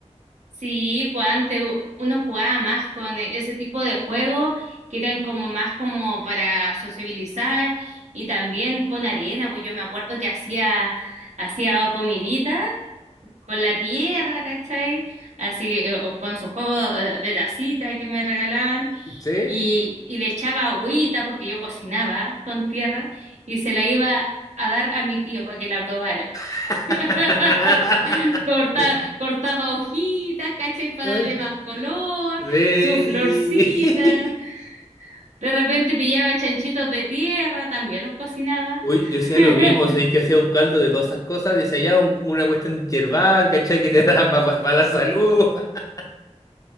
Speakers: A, on the right; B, on the left.
A: Sí, pues antes uno jugaba más con e-, ese tipo de juegos que eran como más como para sociabilizar y también con arena, pues yo me acuerdo que hacía, hacía comidita con la tierra, ¿cachai? Así que, eh, o con su juego eh, de tacita que me regalaban
B: ¿Sí?
A: y, y le echaba agüita porque yo cocinaba con tierra y se la iba a dar a mi tío para que la probara.
B: <laughs>
A: <laughs> Corta, cortaba hojitas, ¿cachai? Para
B: ¿Eh?
A: darle más color,
B: Sí. y-
A: su florcita. De repente pillaba chanchitos de tierra, también los cocinaba.
B: <laughs> Uy, yo hacía
A: <laughs>
B: lo mismo, o sea, que hacía un caldo de todas esas cosas, decía ya un- una cuestión yerbal, ¿cachai? Que te <laughs> da para la salud. <laughs>